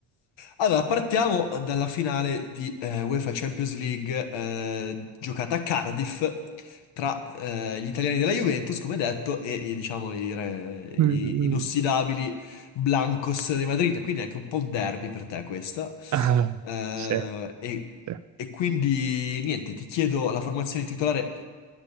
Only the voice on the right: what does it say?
Mm, mm.
Ah,
sì,
sì.